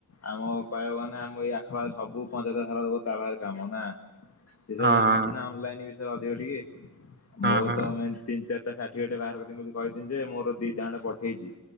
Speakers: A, on the left; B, on the right.
A: ଆମ କହିବାକୁ ଗାନେ ଆମ ଏଇ ଆଖପଖରେ ସବୁ ପଞ୍ଚାୟତ ସାରା ଦେବ ତା ପାଖରେ କାମ ନା? ସେ ସବୁ
B: ହଁ
A: ଜାଣିଛି
B: ହଁ
A: ନା ଅନଲାଇନ ବି ସୋ ଅଧିକ ଟିକେ ମୋର
B: ହଁ ହଁ
A: ତମେ ତିନ ଚାର ଷାଠିଏଟେ ବାହାର <unintelligible> କହିଛି ଯେ ମୋର ଦିଟା ଖଣ୍ଡେ ପଠେଇଛି